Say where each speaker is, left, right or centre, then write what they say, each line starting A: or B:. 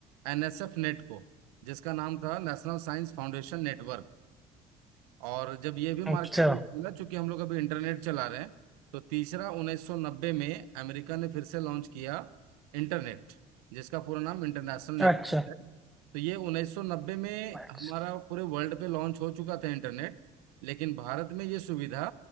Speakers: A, on the right; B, in the centre.
A: एनएसएफ नेट को जिसका नाम था नेशनल साइंस फाउंडेशन नेटवर्क और जब ये भी मार्केट
B: अच्छा
A: में निकला चूंकि हम लोग अभी इंटरनेट चला रहे हैं तो तीसरा 1990 में अमेरिका ने फिर से लॉन्च किया इंटरनेट जिसका पूरा नाम इंटरनेशनल नेटवर्क
B: अच्छा
A: है तो ये 1990 में
B: अच्छा
A: हमारा पूरे वर्ल्ड पे लॉन्च हो चुका था इंटरनेट लेकिन भारत में ये सुविधा